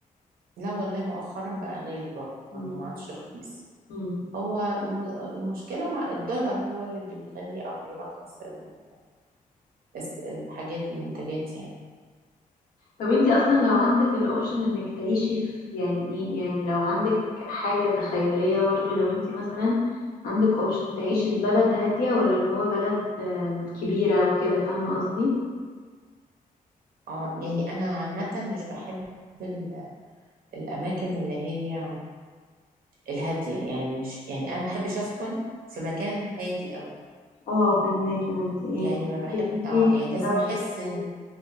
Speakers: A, on the right; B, on the left.
A: لا والله مؤخرا بقى غالي
B: مم.
A: برضه ما عادش رخيص
B: مم.
A: هو م- المشكلة مع الدولار هو اللي بيخلي او بيرخص ال- الس- الحاجات المنتجات يعني
B: طب انتي اصلا لو عندك الاوبشن انك تعيشي في يعني ايه يعني لو عندك حاجة تخيلية برضه لو انتي مثلا عندك اوبشن تعيشي في بلد هادية ولا اللي هو بلد آم، كبيرة وكده فاهمة قصدي
A: اه يعني انا عامة مش بحب ال- الاماكن اللي هي الهادية يعني مش يعني انا ما بحبش اسكن في مكان هادي قوي
B: اه فهماكي ما بت... يعني
A: يعني
B: تحبي
A: ما بحب
B: يكون
A: اه
B: فيه دوشة
A: يعني لازم احس
B: شوية
A: ان